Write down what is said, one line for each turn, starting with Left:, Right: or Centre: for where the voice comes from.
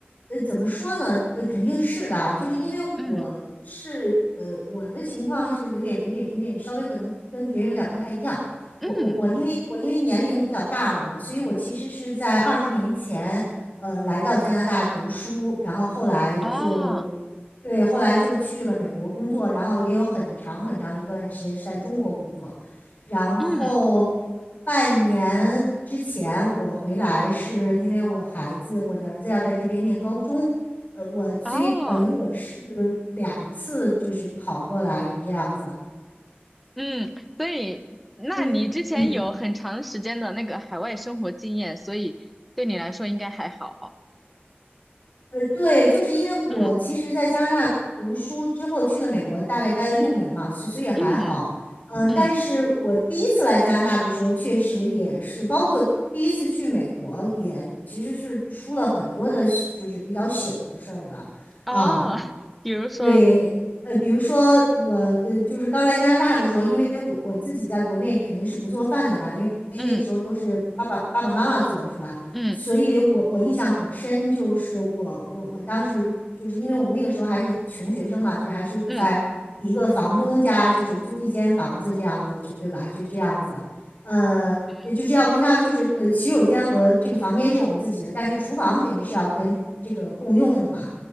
Left: 呃，怎么说呢？呃，肯定是的啊，就是因为我是，
Centre: 嗯
Left: 呃，我的情况是有点、有点、有点稍微可能跟别人有点不太一样。
Centre: 嗯，
Left: 我、我、我，因为我因为年龄比较大了嘛，所以我其实是在二十年前，呃，来到加拿大读书，然后后来就，
Centre: 哦，
Left: 对，后来就去了美国工作，然后也有很长很长一段时间是在中国工作。然后
Centre: 嗯
Left: 半年之前我回来，是因为我孩子，我的儿子要在这边念高中，呃，我所以等于我是两次就是跑过来这样子。
Centre: 哦，嗯，所以，那你之前有很长时间的那个海外生活经验，
Left: 对，嗯。
Centre: 所以对你来说应该还好。
Left: 呃，对，就是因为我其实，
Centre: 嗯
Left: 在加拿大读书之后去了美国，大概待了六年嘛，所所以还好。
Centre: 嗯
Left: 嗯，
Centre: 嗯，
Left: 但是我第一次来加拿大的时候，确实也是，包括第一次去美国，也其实是出了很多的，就是比较糗的事儿的啊。
Centre: 哦，<laughs> 比如说，
Left: 对，呃，比如说我，呃，就是刚来加拿大的时候，因为我我自己在国内肯定是不做饭的嘛，因为因为那个时候都是爸爸爸爸妈妈做，
Centre: 嗯
Left: 是吧？
Centre: 嗯
Left: 所以我我印象很深，就是我我我当时就是因为我们那个时候还是穷学生嘛，就是还是在一个房东家，
Centre: 嗯
Left: 就是租一间房子这样子，就对吧？就这样子，呃，
Centre: 嗯
Left: 也就是要跟他就是呃，洗手间和这个房间是我们自己的，但是厨房肯定是要跟这个共用的嘛。